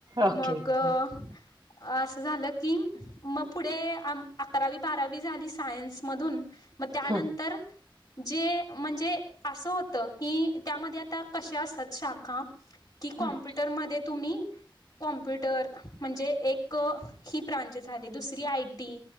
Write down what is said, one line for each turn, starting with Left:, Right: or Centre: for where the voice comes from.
Right: ओके
Left: मग
Right: हम्म
Left: असं कि मग पुढे आम अकरावी बारावी झाली सायन्स मधून मग त्यानंतर
Right: हम्म
Left: जे म्हणजे असं होत की त्यामध्ये आता कशा असतात शाखा कि कॉम्प्युटरमध्ये
Right: हम्म
Left: तुम्ही कॉम्प्युटर म्हणजे एक ही ब्रांचस आली दुसरी आय टी